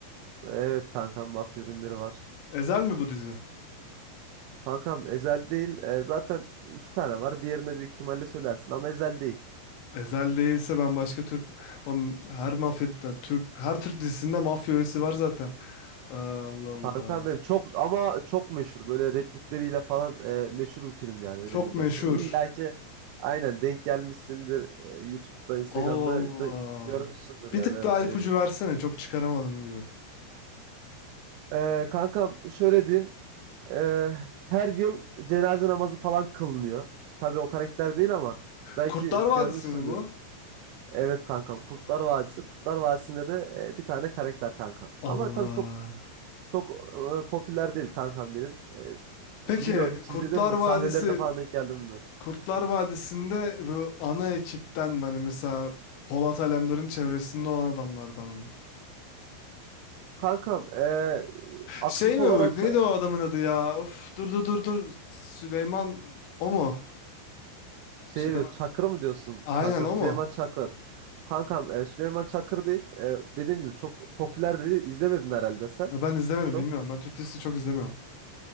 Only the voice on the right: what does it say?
Evet kankam mafya ürünleri var.
Kankam Ezel değil. E, zaten iki tane var. Diğerini büyük ihtimalle söylersin ama Ezel değil.
Kankam benim çok ama çok meşhur. Böyle replikleriyle falan e, meşhur bir film yani öyle
diyeyim
ben sana. İlla ki aynen denk gelmişsindir. e, YouTube'da, Instagram'da
da görmüşsündür
yani
evet
öyle diyeyim.
E, kankam şöyle diyeyim. E, her yıl cenaze namazı falan kılınıyor. Tabii o karakter değil ama belki
görmüşsündür.
Evet kankam Kurtlar Vadisi. Kurtlar Vadisi'nde de e, bir tane karakter kankam.
Ama tabii çok çok e, popüler değil kankam benim.
E, bilmiyorum hiç
izledin mi?
Sahnelerine falan denk geldin mi?
Kankam e, aktif
olarak
şey
diyor Çakır mı diyorsun
kankam?
Süleyman
Çakır. Kankam e, Süleyman Çakır değil. E, dediğim gibi çok popüler de değil. İzlemedin herhalde sen.
Çok.